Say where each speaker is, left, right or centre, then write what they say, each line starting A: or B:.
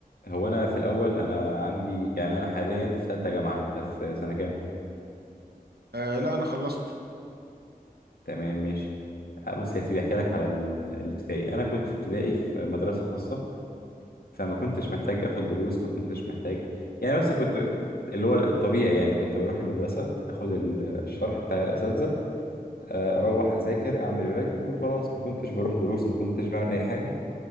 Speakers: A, on the left; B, on the right.
A: هو انا في الاول انا عندي يعني انا حاليا في ثالثة جامعة انت في سنة كام
B: آه لا انا خلصت
A: تمام ماشي بص يا سيدي احكي لك على ال- الابتدائي انا كنت في ابتدائي في مدرسة خاصة فما كنتش محتاج اخد دروس ما كنتش محتاج يعني بس كنت اللي هو الطبيعي يعني كنت بروح المدرسة اخد ال- الشرح بتاع الاساتذة آه، اروح اذاكر اعمل الواجب وخلاص ما كنتش بروح دروس ما كنتش بعمل اي حاجة